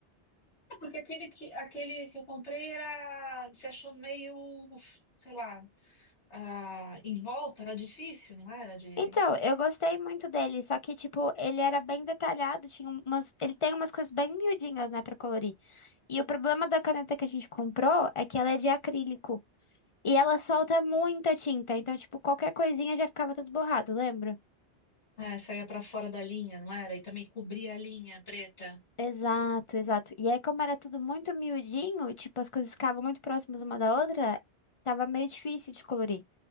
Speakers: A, on the left; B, on the left.
A: É Porque aquele que, aquele que eu comprei era, se achou meio, sei lá, ah, em volta, era difícil, não era? De,
B: Então, eu gostei muito dele, só que tipo, ele era bem detalhado, tinha umas, ele tem umas coisas bem miudinhas, né, pra colorir. E o problema da caneta que a gente comprou é que ela é de acrílico. E ela solta muita tinta, então, tipo, qualquer coisinha já ficava tudo borrado, lembra?
A: é, saía pra fora da linha, não era? E também cobria a linha preta.
B: Exato, exato. E aí, como era tudo muito miudinho, tipo, as coisas ficavam muito próximas uma da outra, tava meio difícil de colorir.